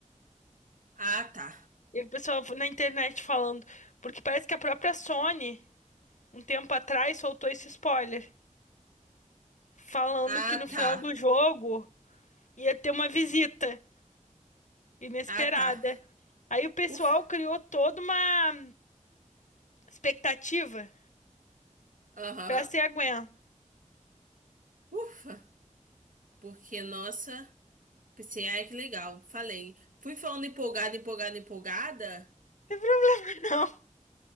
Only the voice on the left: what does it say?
E o pessoal na internet falando. Porque parece que a própria Sony, um tempo atrás, soltou esse spoiler. Falando
que no final
do jogo ia ter uma visita. inesperada.
Aí o pessoal
criou toda uma expectativa
pra ser a Gwen. Não
Tem pro- <laughs> Não, Não